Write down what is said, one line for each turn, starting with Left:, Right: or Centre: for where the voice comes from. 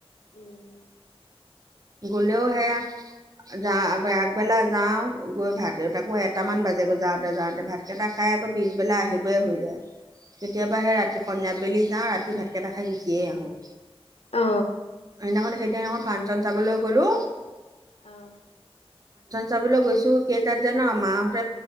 Left: উম।
Right: গলেও সেয়া যা আগবেলা যাও গৈ ভউতাকো এটা। <unintelligible> কেইটামান বাজেগৈ যাওঁতে যাওঁতে ভাতকেইটা খাই আকৌ পিছবেলা আহিবই হৈ যায়। কেতিয়াবা সেই ৰাতি সন্ধিয়া বেলি যাওঁ ৰাতি ভাতকেইটা খাই গুচিয়েই আহোঁ।
Left: অ
Right: সেইদিনাখন সেইদিনাখন ফাংচন চাবলৈ গলো।
Left: অহ।
Right: চাবলৈ গৈছো কেই তাত জানো আমাৰ।